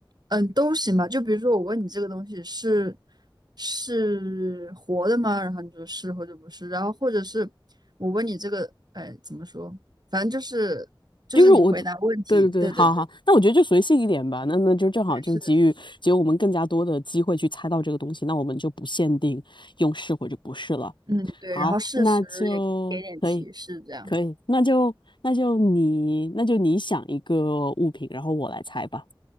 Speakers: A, on the right; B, on the left.
A: 嗯，都行吧。就比如说，我问你这个东西是是活的吗？然后你说是或者不是，然后或者是我问你这个，哎，怎么说？反正就是就是你回答问题，
B: 就是我的对对对，
A: 对对对
B: 好好，那我觉得就随性一点吧，那那就正好就给予给予我们更加多的机会去猜到这个东西，
A: 对，是的，
B: 那我们就不限定用是或者不是了。
A: 嗯，对。
B: 好，
A: 然后事实也可以给点提示，
B: 那就可以。
A: 这样。
B: 可以，那就那就你那就你想一个物品，然后我来猜吧。